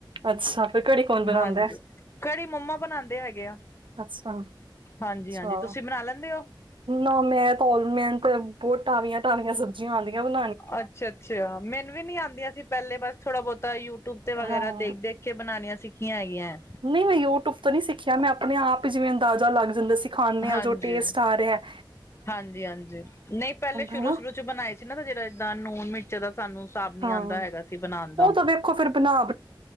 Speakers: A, on the right; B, on the left.
A: ਅੱਸਾ ਫਿਰ ਕੜੀ ਕੌਣ ਬਣਾਦਾ।
B: ਹਾਂਜੀ ਕੜੀ ਮੰਮਾ ਬਣਾਦੇ ਹੈਗੇ ਆ।
A: ਅੱਛਾ
B: ਹਾਂਜੀ-ਹਾਂਜੀ
A: ਅੱਛਾ
B: ਤੁਸੀਂ ਬਣਾ ਲੈਂਦੇ ਓ?
A: ਨਾ ਮੈਂ ਤਾਂ ਮ ਤੇ ਬਹੁਤ ਢਾਵੀਆਂ ਢਾਵੀਆਂ ਸਬ ਜ ਹਾਂਦੀਆਂ ਬਣ
B: ਅੱਛਾ-ਅੱਛਾ! ਮੈਨੂੰ ਵੀ ਨੀ ਆਂਦੀਆਂ ਸੀ ਪਹਿਲੇ ਬਸ ਥੋੜਾ-ਬਹੁਤਾ ਯੂਟਿਊਬ ਤੇ ਵਗੈਰਾ
A: ਹਾਂ
B: ਦੇਖ-ਦੇਖ। ਪਿੱਛੇ ਬਣਾਉਣੀਆਂ ਸਿੱਖੀਆਂ ਹੈਗੀਆਂ
A: ਨਹੀਂ ਮੈਂ ਯੂਟਿਊਬ ਤੋਂ ਨਹੀਂ ਸਿੱਖਿਆ ਮੈਂ ਆਪ ਆਪਣੇ ਆਪ ਹੀ ਜਿਵੇਂ ਅੰਦਾਜ਼ਾ ਲੱਗ ਜਾਂਦਾ ਸੀ ਖਾਂਦੇ
B: ਹਾਂਜੀ
A: ਹਾਂ ਜੋ ਟੇਸਟ ਆ ਰਿਹਾ ਹੈ
B: ਹਾਂਜੀ- ਹਾਂਜੀ ਨਹੀਂ ਪਹਿਲੇ ਸ਼ੁਰੂ-
A: ਹਨਾ
B: ਸ਼ੁਰੂ ਚ ਬਣਾਏ ਸੀ ਨਾ ਜਿਹੜਾ ਇਏਦਾਂ ਨੂਨ ਮਿੱਰਚ ਜਦੋ ਸਾਨੂੰ ਹਿਸਾਬ
A: ਹਾਂ
B: ਨੀ ਆਉਂਦਾ ਹੈਗਾ ਸੀ ਬਣਾਉਣ ਦਾ,
A: ਉਹ ਤਾਂ ਵੇਖੋ ਫਿਰ ਬਣਾ